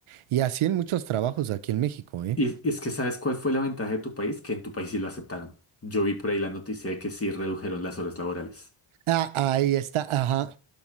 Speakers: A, on the right; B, on the left.
A: Y así en muchos trabajos aquí en México, ¿eh?
B: Y es que ¿sabes cuál fue la ventaja de tu país? Que en tu país sí lo aceptaron. Yo vi por ahí la noticia de que sí redujeron las horas laborales.
A: Ah, ahí está, ajá.